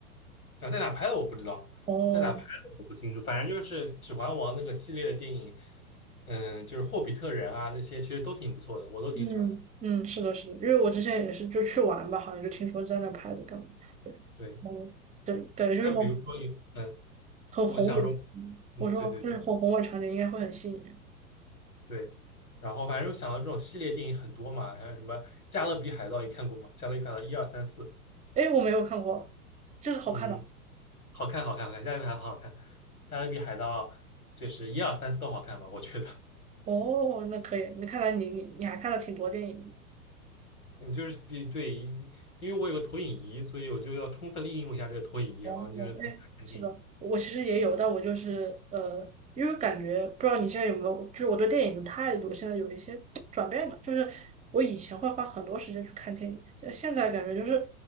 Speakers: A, on the left; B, on the right.
A: 啊，在哪拍的我不知道，
B: 哦，
A: 在哪拍的我不清楚，反正就是《指环王》那个系列的电影，嗯，就是《霍比特人》啊那些，其实都挺不错的，我都挺喜欢的。
B: 嗯嗯，是的，是的，因为我之前也是就去玩吧，好像就听说在那儿拍的，干嘛？对，
A: 对，
B: 哦，对，感觉就是那种
A: 还有比如说有，嗯，
B: 很宏伟的
A: 我想说，嗯，
B: 我说就是很宏伟场景，
A: 对对对。
B: 应该会很吸引人。
A: 对，然后反正想到这种系列电影很多嘛，还有什么《加勒比海盗》，你看过吗？《加勒比海盗》一二三四，二三四
B: 哎，我没有看过，这个好看吧？
A: 嗯，好看，好看，好看，《加勒比海盗》很好看，《加勒比海盗》就是一二三四都好看吧，我觉得。
B: 哦，那可以。那看来你你你还看了挺多电影的。
A: 嗯，就是对，对因为我有个投影仪，所以我就要充分利用一下这个投影仪，
B: 哦，
A: 然后就是投影来看电影。
B: 哎，是的，我其实也有，但我就是呃，因为感觉不知道你现在有没有，就是我对电影的态度现在有一些转变吧。就是我以前会花很多时间去看电影，现现在感觉就是